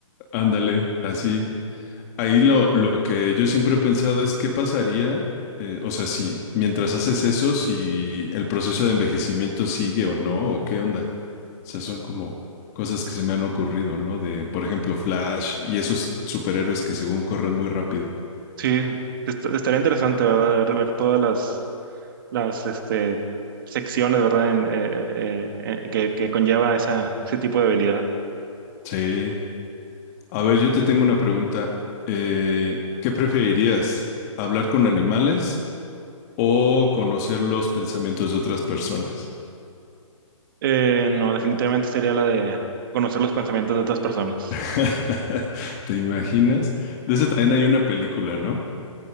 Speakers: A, on the left; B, on the right.
A: ándale, así. Ahí lo, lo que yo siempre he pensado es qué pasaría, eh, o sea, si mientras haces eso, si el proceso de envejecimiento sigue o no, o qué onda. O sea, son como cosas que se me han ocurrido, ¿no? De, por ejemplo, Flash y esos superhéroes que según corren muy rápido.
B: Sí, est- estaría interesante, ¿verdad? Ver, ver todas las, las este, secciones, ¿verdad? En, eh, eh, eh, que, que conlleva esa, ese tipo de habilidad.
A: Sí. A ver, yo te tengo una pregunta. Eh, ¿qué preferirías? ¿Hablar con animales? o conocer los pensamientos de otras personas.
B: Eh, no, definitivamente sería la de conocer los pensamientos de otras personas.
A: <laughs> ¿Te imaginas? De ese también hay una película, ¿no?